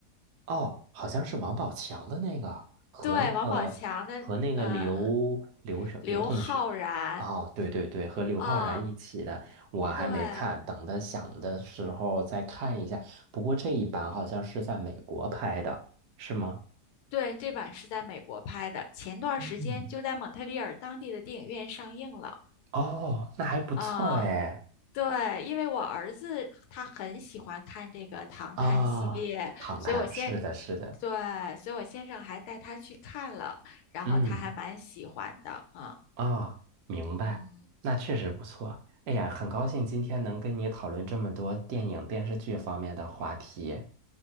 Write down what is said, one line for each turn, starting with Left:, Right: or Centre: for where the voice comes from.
Right: 哦，好像是王宝强的那个和那个和那个刘刘什刘同学，
Left: 对，王宝强的，呃，刘昊然
Right: 哦，对对对，和刘昊然一起的，
Left: 啊，
Right: 我还没看，
Left: 对
Right: 等他想的时候再看一下。不过这一版好像是在美国拍的，是吗？
Left: 对，这版是在美国拍的，前段时间就在蒙特利尔当地的电影院上映了
Right: 嗯，哦，那还不错哎。
Left: 啊。对，因为我儿子他很喜欢看这个《唐探》系列，
Right: 啊，唐探，
Left: 所以我先，
Right: 是的，是的，
Left: 对，所以我先生还带他去看了，然后他还蛮喜欢的啊，
Right: 嗯。啊，明白，
Left: 嗯
Right: 那确实不错。哎呀，很高兴今天能跟你讨论这么多电影、电视剧方面的话题。